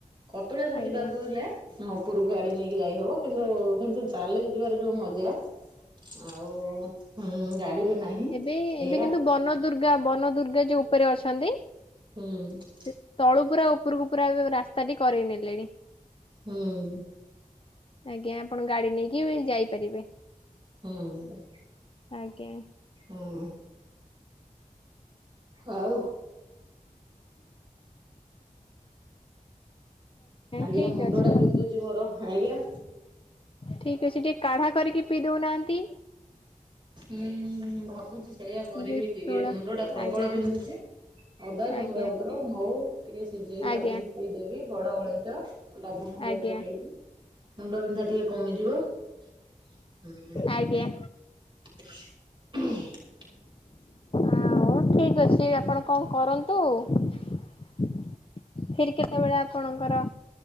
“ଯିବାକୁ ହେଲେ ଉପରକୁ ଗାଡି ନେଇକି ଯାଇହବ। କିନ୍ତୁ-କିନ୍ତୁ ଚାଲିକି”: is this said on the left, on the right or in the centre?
Right